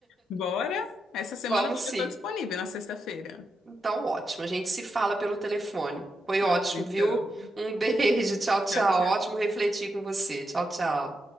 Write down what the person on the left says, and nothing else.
Bora? Essa semana
eu
estou disponível na sexta-feira.
Tá
bom, então.
Tchau, tchau.